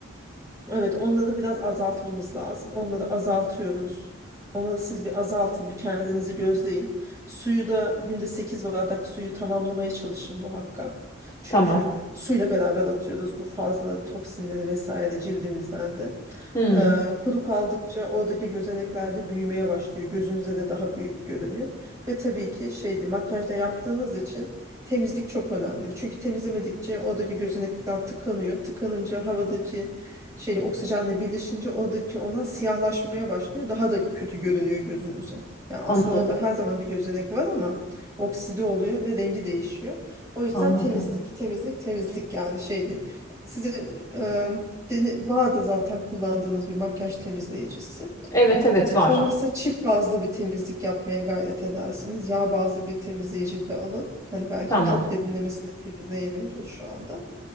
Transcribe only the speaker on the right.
Evet, onları biraz azaltmamız lazım. Onları azaltıyoruz. Onları siz bir azaltın, bir kendinizi gözleyin. Suyu da günde 8 bardak suyu tamamlamaya çalışın muhakkak. Çünkü
suyla beraber atıyoruz bu fazla toksinleri vesaire cildimizden de.
Eee, kuru kaldıkça oradaki gözenekler de büyümeye başlıyor. Gözünüze de daha büyük görünüyor. Ve tabii ki şeydi makyajda yaptığınız için temizlik çok önemli. Çünkü temizlemedikçe oradaki gözenekler tıkanıyor. Tıkanınca havadaki şeyle oksijenle birleşince oradaki onlar siyahlaşmaya başlıyor. Daha da kötü görünüyor gözünüze. Yani aslında
orada her zaman bir gözenek var ama okside oluyor ve rengi değişiyor. O yüzden
temizlik, temizlik, temizlik yani şeydi. Size e, dene- vardı zaten kullandığınız bir makyaj temizleyicisi.
Olmazsa çift bazlı bir temizlik yapmaya gayret edersiniz. Yağ bazlı bir temizleyici de alın. Hani belki
çok derinlemesine temizleyemiyordur şu anda.